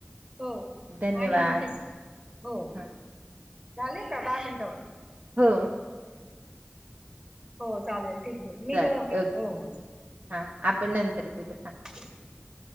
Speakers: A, on the right (about 20°); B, on the right (about 45°).
A: हो
B: धन्यवाद
A: आणि कस हो,
B: हा
A: झाली का दहा मिनटं
B: हो.
A: हो चालेल ठीक हे. मी
B: चालेल
A: का.
B: ओके
A: हो हो चालेल.
B: हा आपण नंतर बोलया.
A: खट खट <inaudible>